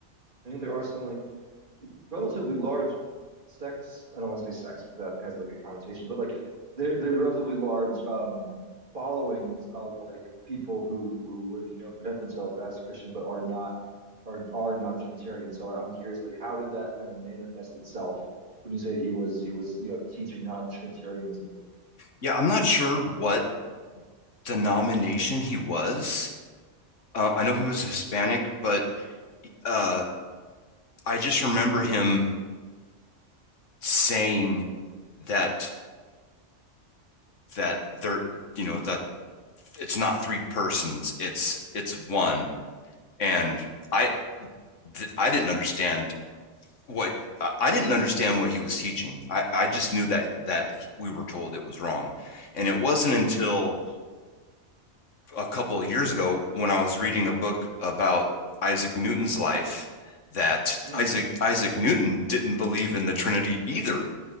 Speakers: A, on the right (about 45°); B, on the left (about 90°).
A: I think there are some like relatively large sex. I don't want to say sex because that has like a connotation, but like there, there's relatively large um, followings of like people who who would you know present themselves as Christian but are not are are non-Trinitarian. So I'm curious, like how did that kind of manifest itself when you say he was he was you know teaching non-Trinitarianism?
B: yeah, I'm not sure what denomination he was. Uh, I know he was Hispanic, but uh, I just remember him saying that, that there, you know, that it's not three persons, it's, it's one. And I, th- I didn't understand what I- didn't understand what he was teaching. I, I just knew that that we were told it was wrong. And it wasn't until a couple of years ago when I was reading a book about Isaac Newton's life that
A: Hmm.
B: Isaac Isaac Newton didn't believe in the Trinity either.